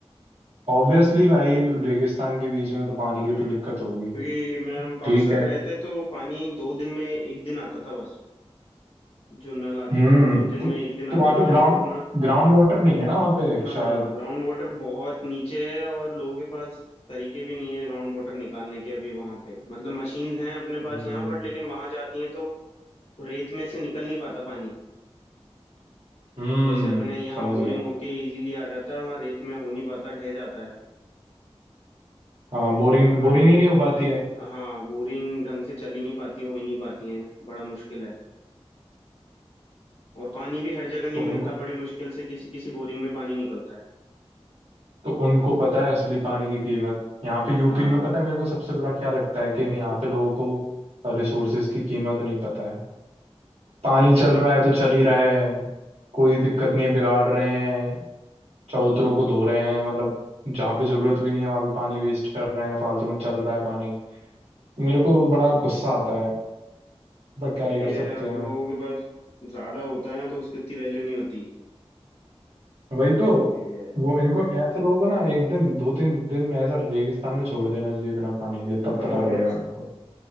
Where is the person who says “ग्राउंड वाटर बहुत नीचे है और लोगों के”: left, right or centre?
Left